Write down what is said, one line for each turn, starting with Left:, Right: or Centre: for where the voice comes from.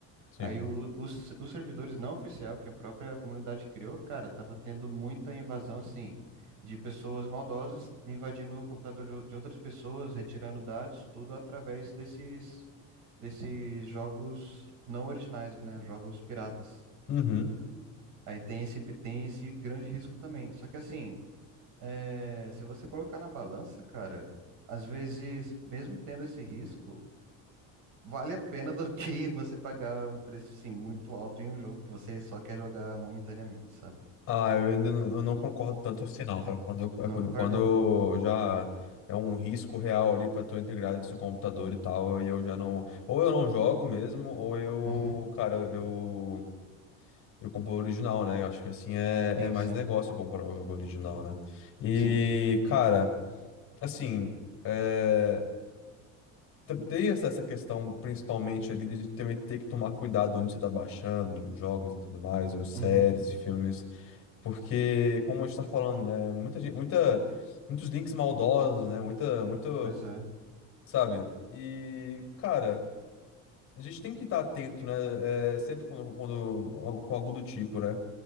Left: sim.
Right: Aí o- os, os servidores não oficial que a própria comunidade criou, cara, tava tendo muita invasão, assim, de pessoas maldosas invadindo o computador de ou- de outras pessoas, retirando dados, tudo através desses, desses jogos não originais, né? Jogos piratas.
Left: Uhum.
Right: Aí tem esse, pe- tem esse grande risco também. Só que, assim, é, se você colocar na balança, cara, às vezes, mesmo tendo esse risco, vale a pena do que você pagar um preço assim, muito alto em um jogo que você só quer jogar momentaneamente, sabe?
Left: Ah, eu ainda não, eu não concordo tanto assim, não, cara. Quando, eu- é
Right: Não
Left: quando,
Right: concorda?
Left: quando já é um risco real ali pra tua integridade do seu computador e tal, e eu já não. Ou eu não jogo mesmo, ou eu.
Right: Uhum.
Left: Cara, eu. Eu compro o original, né? Eu acho que assim é,
Right: Sim,
Left: é mais
Right: sim,
Left: negócio comprar o jogo original, né? E,
Right: sim.
Left: cara, assim. é, tem tem essa essa questão, principalmente ali, de também ter que tomar cuidado onde você está baixando os jogos e tudo mais, ou séries
Right: Uhum.
Left: e filmes, porque, como a gente tá falando, né, muita gente, muita, muitos links maldosos, né, muita, muito,
Right: Pois é.
Left: sabe? E, cara, a gente tem que estar atento, né, é, sempre quando, quando, com algo do tipo, né?